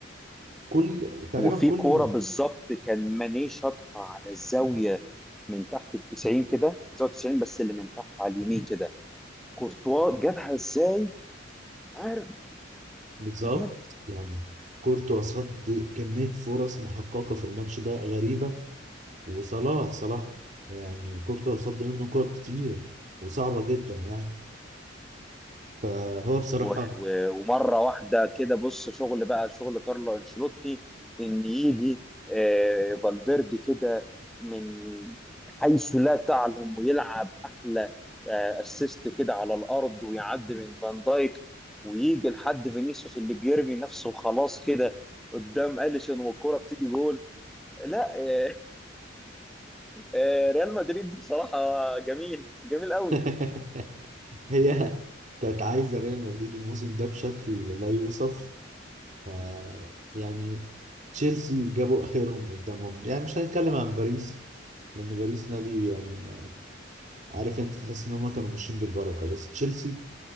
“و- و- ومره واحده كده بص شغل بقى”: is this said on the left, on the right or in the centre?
Centre